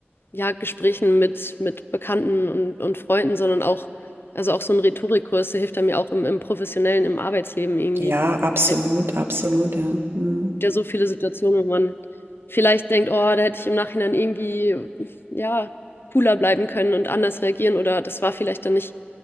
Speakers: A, on the left (about 65°); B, on the right (about 65°).
A: ja, Gesprächen mit, mit Bekannten und, und Freunden, sondern auch, also auch so ein Rhetorikkurs, der hilft einem ja auch im, im professionellen, im Arbeitsleben irgendwie.
B: Ja, absolut,
A: Es
B: absolut, ja. Hm,
A: gibt ja so viele Situationen, wo man vielleicht denkt, oh, da hätte ich im Nachhinein irgendwie, ja, cooler bleiben können und anders reagieren oder das war vielleicht dann nicht